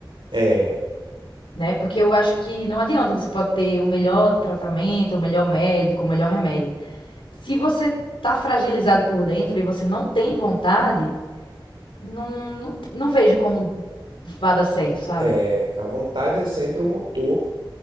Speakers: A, on the right (about 70°); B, on the left (about 80°).
A: é,
B: né? Porque eu acho que não adianta você pode ter o melhor tratamento, o melhor médico, o melhor remédio. Se você tá fragilizado por dentro e você não tem vontade, não, não, não vejo como vá dar certo, sabe?
A: é, a vontade é sempre o motor